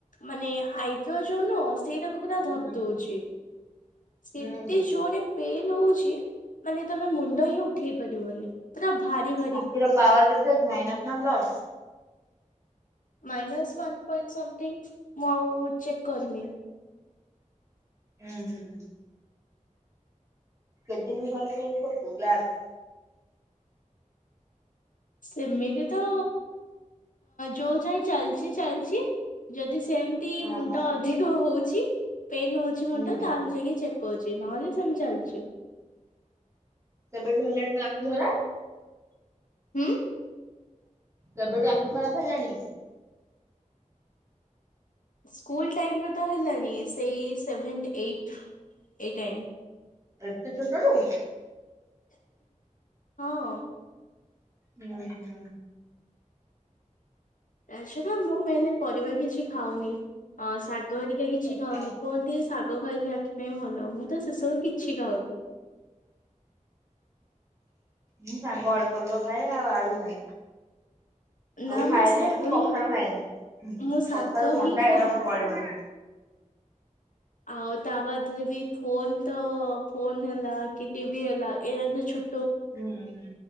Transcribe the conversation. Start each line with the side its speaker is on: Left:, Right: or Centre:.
Left: ମାନେ ଆଇବ୍ରୋ ଯୋଉନ ସେଇଟାକୁ ମୁ ତା ଧରି
Right: ହୁଁ
Left: ଦଉଛି ସେ
Right: ହୁଁ ହୁଁ
Left: ପେନ୍ ହଉଛି ମାନେ ତମେ ମୁଣ୍ଡ ହିଁ ଉଠେଇ ପାରିବନି। ପୁରା ଭାରି ଭ
Right: ଆଖିର ପାୱାର କେତେ ଅଛି ମାଇନସ୍ ନା ପ୍ଲସ?
Left: ମାଇସ୍ ପଣ୍ଟଥିଙ୍ଗ ମୁଁ ଆଉ ଚେକ୍ କରିନି।
Right: ହୁଁ ହୁଁ। କେତେ ଦିନ ବି ଘରେ ଚେଞ୍ଜ କରୁ ଗ୍୍ୟାସ।
Left: ସେମିତି ତ ଯୋଉ ଯାଇ ଚାଲିଛି ଚାଲିଛି। ଯଦି ସେମିତି
Right: ଓହୋ
Left: ମୁଣ୍ଡ ଅଧିକ ହଉଛି ପେନ ହଉଛି
Right: ହୁଁ
Left: ମୁଣ୍ଡ
Right: ହୁଁ
Left: ତାହେଲେ ଯାଇକି ଚକ୍ କହୁଛି ନହେଲେ ସେମି ଚାଲିଛୁ।
Right: ସେବେଠୁ ହେଲାଣି ତୁ ଆଖି ଧରା।
Left: ହୁଁ।
Right: କେବେଠୁ ଆଖି ଖରାପ ହେଲାଣି?
Left: ସ୍କୁଲ ଟାଇମ୍ର ତ ହେଲାନି ସେଇ ସେଭେନ୍ ଏଇଟ୍ ଏଇ ଟାଇମ୍।
Right: ଏତୁ ଛୋଟରୁୁ।
Left: ହଁ।
Right: ହୁଁ ହୁଁ।
Left: ଆଛଟା ମୁଁ ମାନେ ପରିବା କିଛି ଖାଉନି ଶାଗ ହେରିକା କିଛି
Right: ଆଚ୍ଛା
Left: ଖାଉନି କୁହନ୍ତି ଶାଗ ଖାଇଲି ଆଖି ପାଇଁ ଭଲ ମୁଁ ତ ସେସବୁ କିଛି ଖାଉନି।
Right: ହଁ ସାଙ୍ଗ ଅଳ୍ପ ଅଳ୍ପ ଖାଏ ଆଉ ଆଳୁ ଖାଏ। ସବୁ
Left: ନା
Right: ଖାଏଯାଏ
Left: ମୁଁ ଶାଗ
Right: କିନ୍ତୁ କଖାରୁ
Left: ହିଁ
Right: ଖାଇଏନି
Left: ମୁଁ ଶାଗ
Right: କଖାରୁ ଘଣ୍ଟା
Left: ହିଁ ଖାଏନି।
Right: ଏ ଆମର ଗଳିବନି।
Left: ଆଉ ତା ବାଦରେ ବି ଫୋନ ତ ଫୋନ ହେଲା କି ଟିଭି ହେଲା ଏଇଟଛୁ
Right: ହୁଁ ହୁଁ।